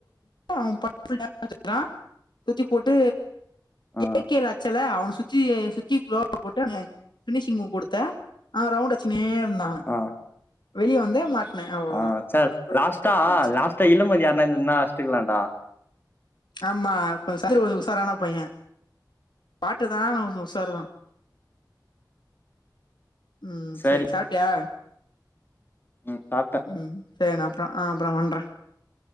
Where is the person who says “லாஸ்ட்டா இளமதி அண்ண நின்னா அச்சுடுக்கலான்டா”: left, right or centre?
Left